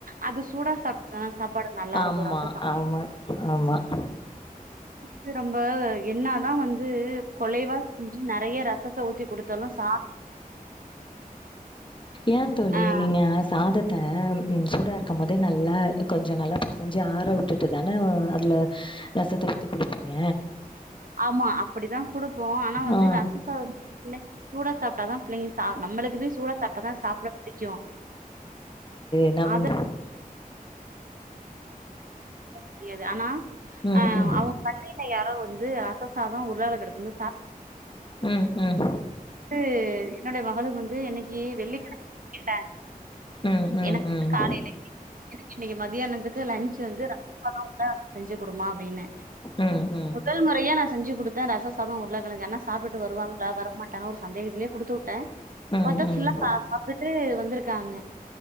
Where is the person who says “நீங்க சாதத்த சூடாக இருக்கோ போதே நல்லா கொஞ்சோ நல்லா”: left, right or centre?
Left